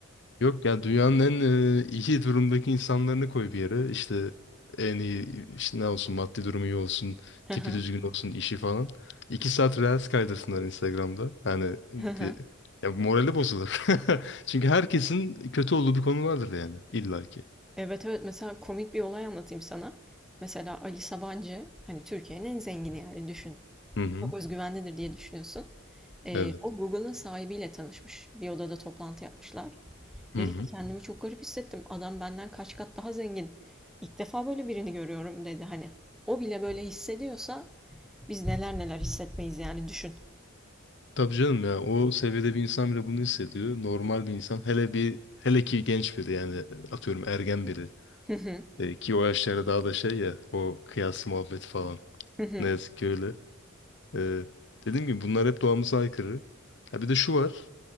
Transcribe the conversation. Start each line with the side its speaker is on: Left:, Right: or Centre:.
Left: Yok ya dünyanın en e, iyi <laughs> durumdaki insanlarını koy bir yere. İşte en iyi işte ne olsun maddi durumu iyi olsun,
Centre: Hı
Left: tipi
Centre: hı.
Left: düzgün olsun, işi falan. İki saat reels kaydırsınlar Instagram'da. Hani
Centre: Hı hı.
Left: di- ya morali bozulur. <laughs> Çünkü herkesin kötü olduğu bir konu vardır yani illaki.
Centre: Evet evet mesela komik bir olay anlatayım sana. Mesela Ali Sabancı hani Türkiye'nin en zengini yani düşün.
Left: Hı hı.
Centre: Çok özgüvenlidir diye düşünüyorsun. Ee,
Left: Evet.
Centre: o Google'ın sahibiyle tanışmış. Bir odada toplantı yapmışlar.
Left: Hı
Centre: Dedi
Left: hı.
Centre: ki kendimi çok garip hissettim. Adam benden kaç kat daha zengin. İlk defa böyle birini görüyorum dedi hani. O bile böyle hissediyorsa biz neler neler hissetmeyiz yani düşün.
Left: Tabii canım ya o seviyede bir insan bile bunu hissediyor. Normal bir insan hele bir hele ki genç biri yani atıyorum ergen biri
Centre: Hı hı.
Left: E, ki o yaşlarda daha da şey ya o kıyas muhabbeti falan
Centre: Hı hı.
Left: ne yazık ki öyle. E, dediğim gibi bunlar hep doğamıza aykırı. Ha bir de şu var